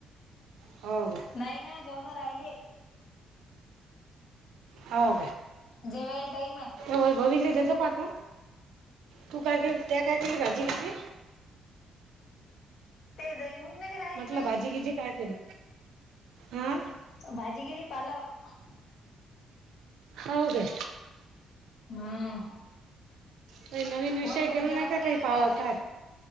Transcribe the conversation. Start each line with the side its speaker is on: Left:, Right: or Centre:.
Right: हो का
Left: नाही ना जेवणा राहिले
Right: हो
Left: जेवायला टाईम आहे
Right: काय भव त्याच पाठून तू काय के त्या काय केली भाजी घची
Left: ते जा येऊन नाही राहिली
Right: म्हटलं
Left: बाई
Right: भाजी किजी काय केली हा
Left: भाजी गिरी पालक
Right: हो का
Left: हम्म
Right: काही नवीन विषय
Left: होई भाई
Right: केला
Left: जायची
Right: नाही का
Left: राहिली
Right: काही पावा काय